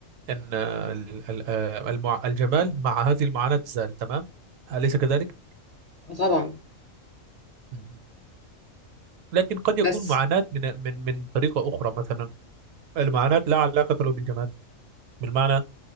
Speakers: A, on the right (about 75°); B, on the left (about 45°).
A: ان آه، ال- ال- آه، المع... الجمال مع هذه المعاناة زال تمام اليس كذلك
B: آه طبعا
A: مم. لكن قد يكون
B: بس
A: معاناة من من من طريقة أخرى مثلا المعاناة لا علاقة له بالجمال بالمعنى